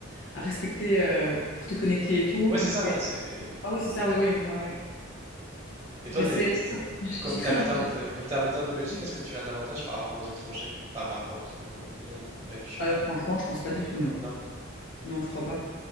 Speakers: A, on the left; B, on the right.
A: à respecter euh, pour te connecter et tout.
B: Ouais, c'est ça,
A: Oui.
B: ouais, c'est.
A: Ah oui, c'est ça, oui, oui. Ouais, ouais.
B: Et toi,
A: Mais
B: t'es,
A: c'est
B: t- t-
A: c'est
B: comme t'es
A: très
B: habitante,
A: impressionnant.
B: euh, comme t'es habitante de Belgique, est-ce que tu as un avantage par rapport aux étrangers? Enfin, par rapport aux, aux non-belges?
A: Alors franchement, je pense pas du tout, non.
B: Non?
A: Non, je crois pas.